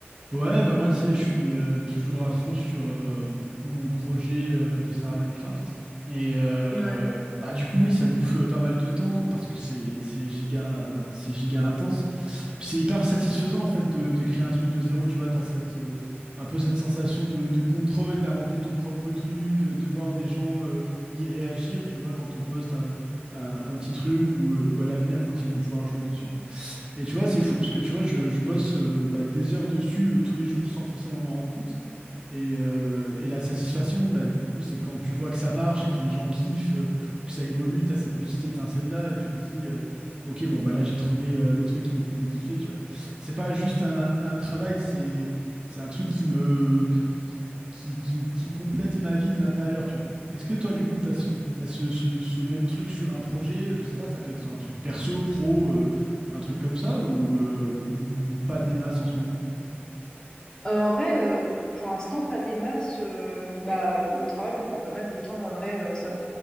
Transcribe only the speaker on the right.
Ouais, bah moi, tu sais, je suis euh, toujours à fond sur euh, mon projet euh, de Sarah Minecraft. Et euh,
bah du coup, oui, ça bouffe euh, pas mal de temps parce que c'est c'est giga, euh, c'est giga intense. Puis c'est hyper satisfaisant, en fait, de, de créer un truc de zéro. Tu vois, t'as cette, euh, un peu cette sensation de, de contrôle, d'inventer ton propre truc, euh, de voir des gens euh, y réagir, tu vois, quand on poste un, un, un petit truc ou, euh, ou à l'avenir quand ils vont pouvoir jouer dessus. Et tu vois, c'est fou parce que tu vois, je, je bosse euh, bah, des heures dessus euh, tous les jours sans forcément m'en rendre compte. Et, euh, et la satisfaction, bah, du coup, c'est quand tu vois que ça marche et que les gens kiffent euh, ou que ça évolue, t'as cette petite étincelle-là et tu te dis, euh, ok, bon, bah là, j'ai trouvé euh, le truc qui me faisait kiffer, tu vois. C'est pas juste un, un travail, c'est, c'est un truc qui me, qui, qui, qui complète ma vie de l'intérieur, tu vois. Est-ce que toi, du coup, tu as, ce, t'as ce, ce- ce même truc sur un projet? Je sais pas, ça peut être un truc perso, pro, euh, un truc comme ça, ou, euh, ou pas des masses en ce moment?